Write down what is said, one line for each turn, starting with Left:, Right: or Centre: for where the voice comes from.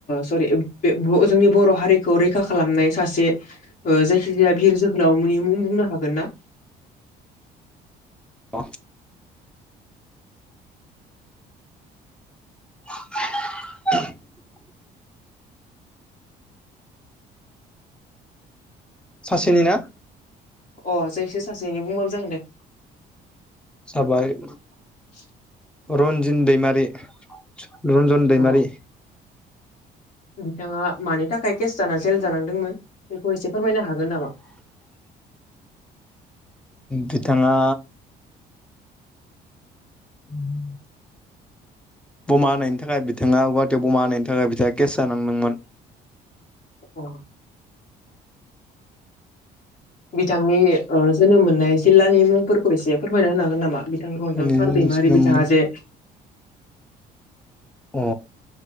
Left: सरि जोंनि बर' हारिखौ रैखा खालामनाय सासे जायखिजाया बिर जोहोलावमोननि मुं बुंनो हागोन ना?
Centre: औ। <inaudible> सासेनि ना?
Left: अ जायखाया सासेनो बुंबाबो जागोन दे।
Centre: हाबाय।
Left: <inaudible>
Centre: रन्जिन दैमारि रन्जन दैमारि।
Left: अ बिथाङा मानि थाखाय केस जाना जेल जानांदोंमोन बेखौ एसे फोरमायनो हागोन नामा?
Centre: बिथाङा <inaudible> बमा होनायनि थाखाय बिथाङा गुवाहाटियाव बमा होनायनि थाखाय बिथाङा केस जानांदोंमोन।
Left: औ। बिथांनि जोनोम मोननाय जिल्लानि मुंफोरखौ एसे फोरमायना होनो हागोन नामा? बिथां रन्जन
Centre: जोनोम
Left: सार दैमारि बिथाङ जे
Centre: अ।